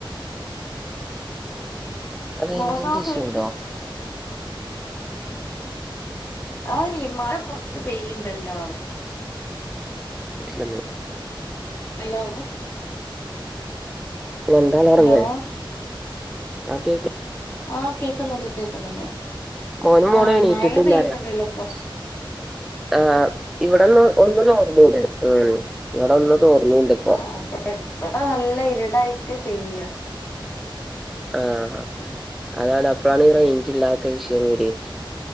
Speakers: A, in the centre; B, on the left.
A: റേഞ്ചിന്റെ
B: മോനോ ചോയിക്ക
A: ഇഷ്യൂ ഉണ്ടോ
B: ആഹ് <unintelligible> മഴ പുറത്ത് പെയ്യുന്നുണ്ടല്ലോ
A: <unintelligible>
B: ഹലോ
A: <unintelligible>
B: ഹലോ
A: ബാക്കിയൊക്കെ
B: ആഹ് കേക്കുന്നുണ്ട് കേക്കുന്നുണ്ട്
A: മോനും മോളും
B: ആഹ്
A: എണീറ്റിട്ടില്ല
B: മഴ പെയ്യുന്നുണ്ടല്ലോ പുറത്ത്
A: ആഹ് ഇവിടെന്ന് ഒന്ന് തോർന്നുണ്ട് ഉം ഇവിടെ ഒന്ന് തോർന്നുണ്ട് ഇപ്പം
B: ആഹ് ഇവിടെ നല്ല ഇരുട്ടായിട്ട് പെയ്യാ
A: ആഹ് അതാണ് അപ്പോഴാണ് ഈ റേഞ്ച് ഇല്ലാത്ത വിഷയം വരുക